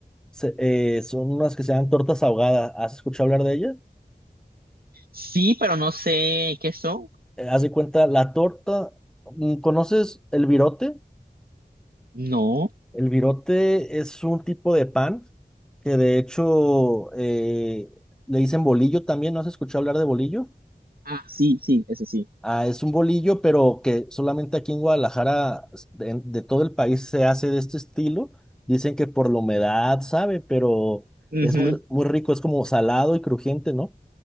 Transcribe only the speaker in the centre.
se- eh, son unas que se llaman tortas ahogadas. ¿Has escuchado hablar de ellas?
Eh, haz de cuenta, la torta, mm, ¿conoces el virote?
El virote es un tipo de pan que de hecho eh, le dicen bolillo también. ¿No has escuchado hablar de bolillo?
Ah, es un bolillo, pero que solamente aquí en Guadalajara, s- de, en- de todo el país, se hace de este estilo. Dicen que por la humedad, sabe, pero
es muy, muy rico, es como salado y crujiente, ¿no?